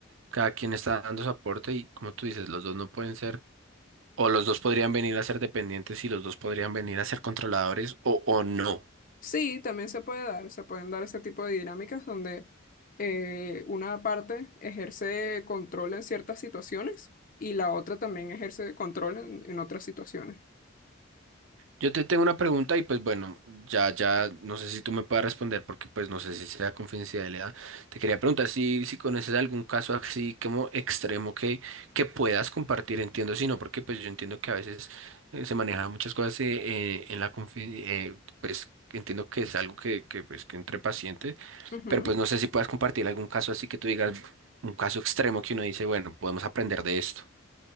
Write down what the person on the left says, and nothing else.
Sí, también se puede dar, se pueden dar ese tipo de dinámicas donde eh, una parte ejerce control en ciertas situaciones y la otra también ejerce control en, en otras situaciones.
Ujú.